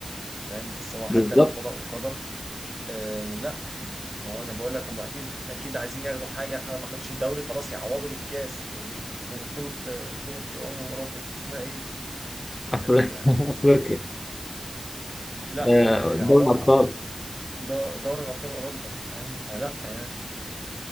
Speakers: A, on the right; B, on the left.
A: فاهم بس هو حتى
B: بالظبط
A: لو قضاء وقدر آه لا يعني هو انا بقول لك هم اكيد اكيد عايزين ياخدوا حاجه ح- ما خدوش الدوري خلاص يعوضوا بالكاس بال- وبطوله آه، بطوله امم اوروبا اسمها ايه؟
B: أفر-
A: ال-
B: <laughs> أفريقيا
A: لا
B: آه،
A: اللي
B: دوري
A: يعوضوا
B: الأبطال
A: دو- دوري ابطال اوروبا فاهم فلا يعني